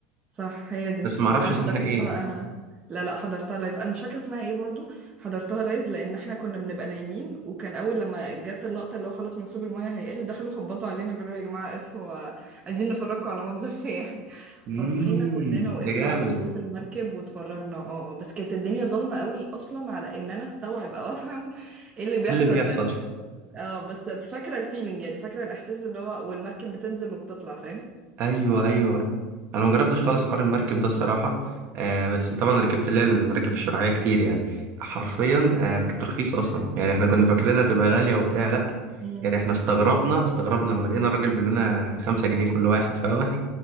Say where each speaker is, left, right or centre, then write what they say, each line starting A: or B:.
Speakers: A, on the right; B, on the right.
A: صح هي دي
B: بس ما أعرفش
A: انا
B: اسمها
A: حضرتها
B: إيه
A: بقى لا لا حضرتها لايف انا مش فاكره اسمها ايه برضو حضرتها لايف لان احنا كنا بنبقى نايمين وكان اول لما جت اللقطه اللي هو خلاص منسوب المايه هيقل دخلوا خبطوا علينا قالوا يا جماعه اصحوا عايزين نفرجكم على منظر <laughs> سياحي
B: مم
A: فصحينا كلنا وقفنا
B: ده جامد
A: على طروف المركب واتفرجنا اه آه. بس كانت الدنيا ضلمه قوي اصلا على ان انا استوعب او افهم <laughs> ايه اللي بيحصل
B: إيه اللي بيحصل
A: ده اه بس فاكره الفيلينج يعني فاكره الاحساس اللي هو والمركب بتنزل وبتطلع فاهم
B: ايوه ايوه انا مجربتش خالص حوار المركب ده الصراحه آه بس طبعا ركبت اللي هي المراكب الشراعيه كتير يعني حرفيا آه كانت رخيصه اصلا يعني احنا كنا فاكرينها تبقى غاليه وبتاع لا
A: مم.
B: يعني احنا استغربنا استغربنا لما لقينا الراجل بيقول لنا خمسة جنيه كل واحد فاهمه